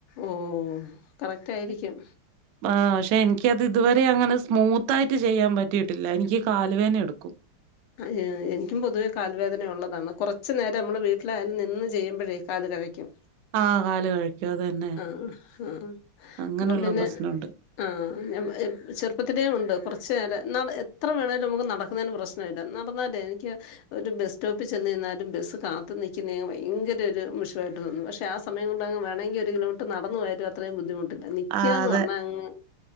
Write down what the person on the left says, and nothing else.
ഓഹ് കറക്റ്റായിരിക്കും
അ എനിക്കും പൊതുവേ കാൽ വേദന ഉള്ളതാണ് കുറച്ച് നേരം നമ്മൾ വീട്ടിലായാൽ നിന്ന് ചെയ്യുമ്പോഴേ കാൽ കഴക്കും
ആഹ് ആഹ്
അപ്പം പിന്നെ
ആഹ് ഞൻ ചെറുപ്പത്തിലേ ഉണ്ട് കുറച്ചു നേരം എത്ര വേണമെങ്കിലും നമുക്ക് നടക്കുന്നതിന് പ്രശ്നം നടന്ന് നടന്ന് <unintelligible> എനിക്ക് ഒരു ബസ് സ്റ്റോപ്പിൽ ചെന്ന് നിന്നാലും ബസ് കാത്തു നിൽക്കുന്ന ഭയങ്കര ഒരു മഷുവായിട്ട് തോന്നു പക്ഷെ ആഹ് സമയം കൊണ്ട് അങ്ങ് വേണമെങ്കി ഒരു കിലോമീറ്റർ നടന്നു പോയാലും അത്രയും ബുദ്ധിമുട്ടില്ല നിക്ക്യാന്ന്
പറഞ്ഞാ അങ്ങ്